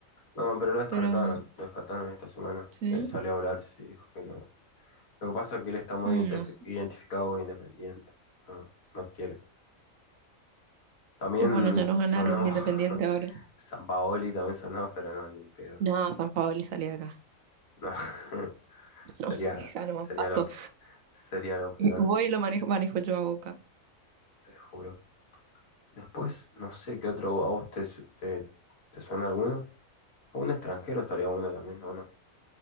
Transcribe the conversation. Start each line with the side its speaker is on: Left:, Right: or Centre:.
Left: No, pero lo descartaron,
Right: pero
Left: lo descartaron esta semana.
Right: sí,
Left: Eh, salió a hablar y dijo que no. Lo que pasa es que él está muy
Right: mm,
Left: identif-
Right: no sé.
Left: identificado e independiente. No, no quiere. También
Right: Eh, Bueno, ya nos ganaron
Left: sonó
Right: Independiente
Left: <laughs>
Right: ahora.
Left: Sampaoli, también sonó, pero no, ni en pedo.
Right: No, San Paoli salí de acá.
Left: No, <laughs>
Right: <laughs>
Left: sería,
Right: No, deja, no
Left: sería
Right: me paso.
Left: lo, sería lo peor,
Right: Voy y lo manejo, manejo yo a Boca.
Left: te juro. Después, no sé qué otro, ¿a vos te, su- te, te suena alguno? A un extranjero estaría bueno también, ¿o no?